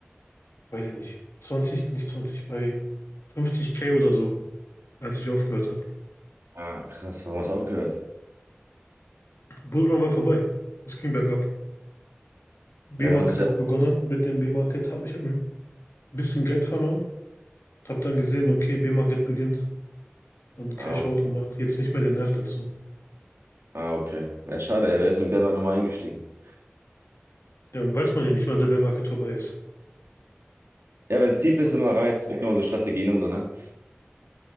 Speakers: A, on the left (about 80°); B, on the right (about 75°).
A: weiß ich nicht, 20, nicht 20, bei 50k oder so, als ich aufgehört habe.
B: Ah, krass, warum hast du aufgehört?
A: Bullrun war vorbei. Es ging bergab. B-Market
B: Ja, dann musst du
A: hat
B: ja.
A: begonnen. Mit dem B-Market habe ich hab ein bisschen Geld verloren. Habe dann gesehen, okay, B-Market beginnt. Dann Cash
B: Ah, okay.
A: Out gemacht. Jetzt nicht mehr der Nerv dazu.
B: Ah, okay. Ja, schade, er wäre jetzt in Bärmarkt nochmal eingestiegen.
A: Ja, weiß man ja nicht, wann der Bear Market vorbei ist.
B: Ja, wenn es tief ist,
A: Ja.
B: immer rein. Es gibt immer so Strategien und so, ne?